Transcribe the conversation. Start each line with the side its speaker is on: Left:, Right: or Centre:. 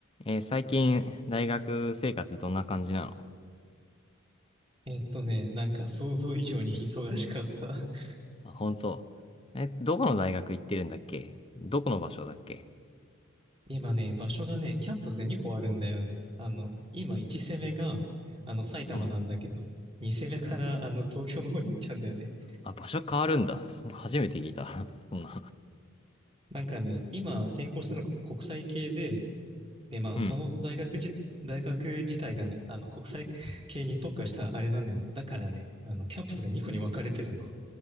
Left: えー最近、大学生活どんな感じなの
Right: えっとね、なんか想像以上に忙しかった。<laughs>
Left: あ、本当。え、どこの大学行ってるんだっけどこの場所だっけ
Right: 今ね、場所がね、キャンパスが2個あるんだよね。あの、今1攻めが、あの、埼玉なんだけど、
Left: うん。
Right: 2攻めから、あの、東京の方に行っちゃうんだよね。
Left: あ、場所変わるんだ。<laughs> そ初めて聞いた。<laughs> そんな。
Right: なんかね、今専攻してるのが国際系で、で、まあ、
Left: うん。
Right: その大学じ、大学自体がね、あの、国際系に特化したあれなんだよね。だからね、あの、キャンパスが2個に分かれてるの。<laughs>